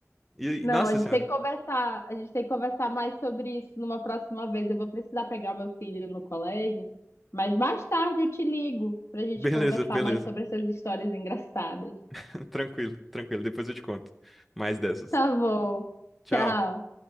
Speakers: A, in the centre; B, on the left (about 55°).
A: E,
B: não,
A: nossa
B: a gente
A: senhora,
B: tem que conversar, a gente tem que conversar mais sobre isso numa próxima vez. Eu vou precisar pegar meu filho no colégio, mas mais tarde eu te ligo pra gente
A: beleza,
B: conversar
A: beleza.
B: mais sobre essas histórias engraçadas.
A: <laughs> Tranquilo, tranquilo. Depois eu te conto mais dessas.
B: Tá bom.
A: Tchau.
B: Tchau.